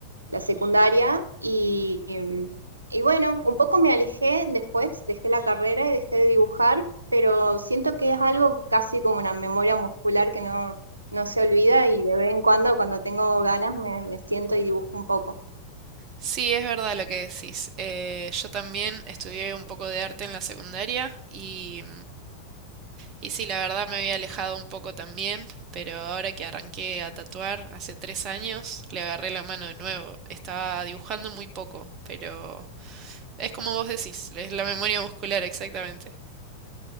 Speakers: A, on the right (about 75°); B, on the right (about 35°).
A: la secundaria y, em, y bueno, un poco me alejé después, dejé la carrera y dejé de dibujar, pero siento que es algo casi como una memoria muscular que no, no se olvida y de vez en cuando, cuando tengo ganas, me, me siento y dibujo un poco.
B: Sí, es verdad lo que decís. Eh, yo también estudié un poco de arte en la secundaria y, y sí, la verdad me había alejado un poco también, pero ahora que arranqué a tatuar hace tres años, le agarré la mano de nuevo. Estaba dibujando muy poco, pero es como vos decís, es la memoria muscular exactamente.